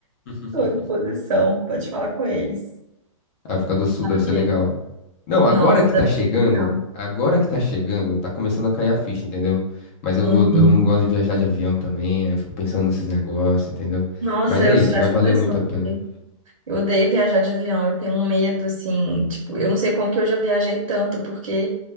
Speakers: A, on the left; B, on the right.
A: <laughs>
B: estou à disposição. Pode falar com eles.
A: A África do Sul
B: Porque,
A: deve ser legal. Não, agora
B: nossa,
A: que
B: deve
A: tá chegando,
B: ser legal.
A: agora que tá chegando, tá começando a cair a ficha, entendeu? Mas eu,
B: Uhum.
A: eu, eu não gosto de viajar de avião também, aí eu fico pensando nesses negócios, entendeu?
B: Nossa,
A: Mas
B: eu
A: é isso,
B: sou essa
A: vai valer
B: pessoa
A: muito a pena.
B: também. Eu odeio viajar de avião. Eu tenho um medo, assim, tipo, eu não sei como que eu já viajei tanto, porque